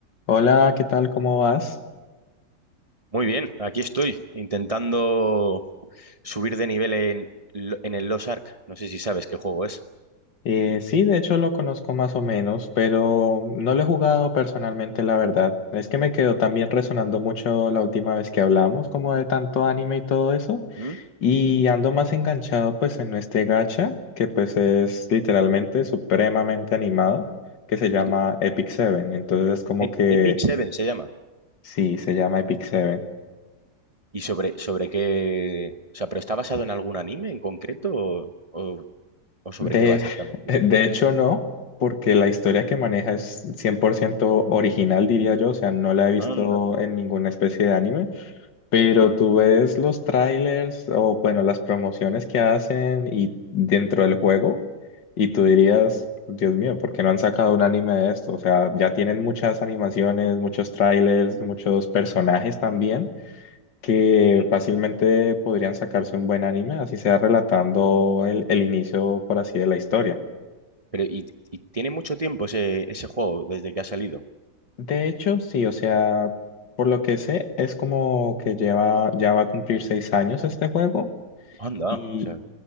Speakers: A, on the left (about 80°); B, on the right (about 35°).
A: Hola, ¿qué tal? ¿Cómo vas?
B: Muy bien, aquí estoy intentando subir de nivel en, Lo- en el Lost Ark. No sé si sabes qué juego es.
A: Eh, sí, de hecho lo conozco más o menos, pero no lo he jugado personalmente, la verdad. Es que me quedó también resonando mucho la última vez que hablamos, como de tanto anime y todo eso,
B: ¿Mm?
A: y ando más enganchado pues en este gacha, que pues es literalmente supremamente animado, que se llama
B: Y que-
A: Epic Seven. Entonces es como
B: Ep-
A: que
B: Epic Seven se llama.
A: sí, se llama Epic Seven.
B: ¿Y sobre, sobre qué? O sea, ¿pero está basado en algún anime en concreto o, o- o sobre
A: De,
B: qué va exactamente?
A: <laughs> de hecho, no, porque la historia que maneja es 100% original, diría yo, o sea, no la he visto
B: Anda.
A: en ninguna especie de anime, pero
B: ¿Mm?
A: tú ves los trailers o, bueno, las promociones que hacen y dentro del juego, y tú dirías, Dios mío, ¿por qué no han sacado un anime de esto? O sea, ya tienen muchas animaciones, muchos trailers, muchos personajes también. que
B: ¿Sí?
A: fácilmente podrían sacarse un buen anime, así sea relatando el, el inicio, por así, de la historia.
B: Pero, y, y tiene mucho tiempo ese, ese juego desde que ha salido.
A: De hecho, sí, o sea, por lo que sé, es como que lleva, ya va a cumplir seis años este juego
B: Anda.
A: y,
B: O sea,